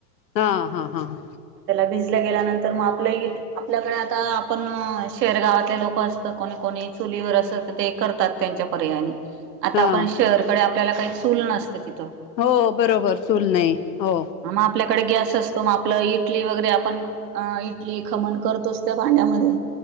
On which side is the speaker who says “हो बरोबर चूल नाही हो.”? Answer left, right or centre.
Left